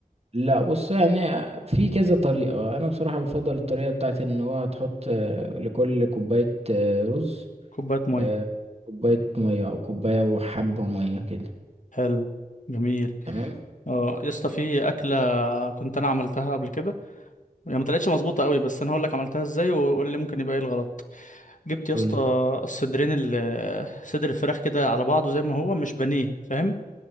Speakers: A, on the right (about 45°); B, on the left (about 60°).
A: لا بص يعني في كذا طريقة انا بصراحة بفضل الطريقة بتاعت ان هو تحط آه، لكل كوباية آه، رز
B: كوبايه ميه
A: آه، كوباية مية او كوباية وحبة مية كده
B: حلو جميل
A: تمام
B: اه يا اسطى في اكله كنت انا عملتها قبل كده هي ما طلعتش مظبوطه قوي بس انا هقول لك عملتها ازاي وقول لي ممكن يبقى ايه الغلط جبت يا
A: قولي
B: اسطى الصدرين ال- صدر الفراخ كده على بعضه زي ما هو مش بانيه فاهم